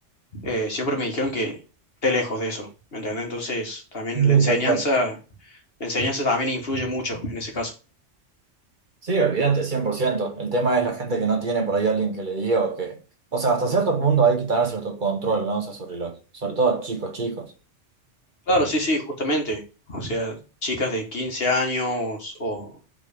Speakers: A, on the left; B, on the right.
A: eh, siempre me dijeron que esté lejos de eso, ¿me entiendes? Entonces, también
B: Sí,
A: la enseñanza,
B: tal cual.
A: la enseñanza también influye mucho en ese caso.
B: Sí, olvídate, cien por ciento. El tema es la gente que no tiene por ahí alguien que le diga o que... O sea, hasta cierto punto hay que tener cierto control, ¿no? O sea, sobre los, sobre todo chicos, chicos.
A: Claro, sí, sí, justamente. O sea, chicas de 15 años o